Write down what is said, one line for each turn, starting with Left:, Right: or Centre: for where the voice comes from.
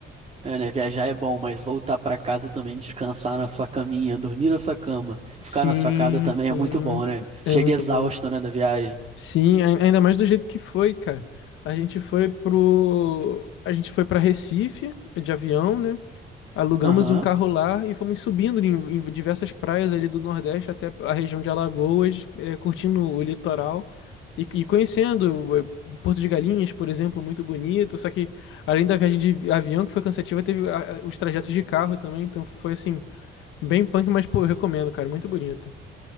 Right: É, né? Viajar é bom, mas voltar pra casa e também descansar na sua caminha, dormir na sua cama, ficar
Left: Sim,
Right: na sua casa também
Left: sim.
Right: é muito bom, né?
Left: É
Right: Chega
Left: muito
Right: exausto,
Left: bom.
Right: né, da viagem.
Left: Sim, ai- ainda mais do jeito que foi, cara. A gente foi pro. A gente foi pra Recife de avião, né? Alugamos
Right: Aham.
Left: um carro lá e fomos subindo em, em diversas praias ali do Nordeste até a região de Alagoas, eh, curtindo o litoral e, e conhecendo eh, Porto de Galinhas, por exemplo, muito bonito. Só que além da viagem de avião, que foi cansativa, teve ah, ah, os trajetos de carro também. Então foi assim, bem punk, mas pô, eu recomendo, cara, muito bonito.